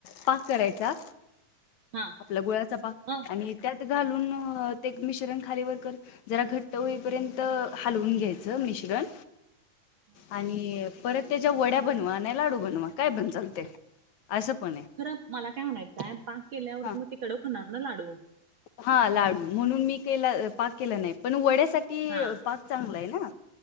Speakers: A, on the left (about 65°); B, on the right (about 55°).
A: पाक करायचा
B: हा
A: आपला गुळाचा पाक
B: अ
A: आणि त्यात घालून म ते मिश्रण खाली, वर करुन जरा घट्ट होईपर्यंत हालवून घ्यायचं मिश्रण
B: हां.
A: आणि परत त्याच्या वड्या बनवा नाय, लाडू बनवा काय पण चालते असं पण आहे.
B: खरं मला काय म्हणायचं आहे पाक केल्यावर
A: हा
B: मग ते कडक होणार ना लाडू?
A: हा लाडू म्हणून मी केला पाक केला नाही पण वड्यासाठी
B: हा
A: पाक चांगला आहे ना